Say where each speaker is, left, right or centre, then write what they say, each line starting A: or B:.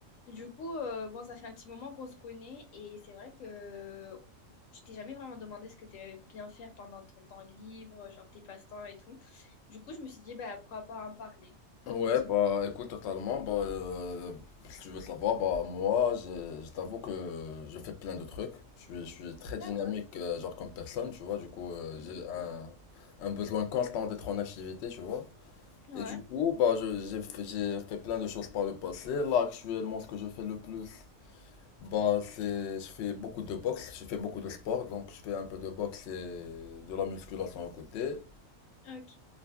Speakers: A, on the left; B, on the left.
A: Du coup, euh, bon, ça fait un petit moment qu'on se connaît et c'est vrai que euh, je t'ai jamais vraiment demandé ce que tu aimais bien faire pendant ton temps libre, genre tes passe-temps et tout. Du coup, je me suis dit, bah, pourquoi pas en parler? T'en
B: Ouais,
A: penses
B: bah
A: quoi?
B: écoute, totalement. Bah, euh, si tu veux savoir, bah moi, je, je t'avoue que je fais plein de trucs. Je suis, je suis très dynamique,
A: D'accord.
B: euh, genre comme personne, tu vois. Du coup, euh,
A: Mhm.
B: j'ai un, un besoin constant d'être en activité, tu vois.
A: Ouais,
B: Et du coup, bah, je, j'ai, fait- j'ai fait plein de choses par le passé. Là, actuellement, ce que je fais le plus, bah, c'est, je fais beaucoup de boxe, je fais beaucoup de sport. Donc, je fais un peu de boxe et de la musculation à côté.
A: ok.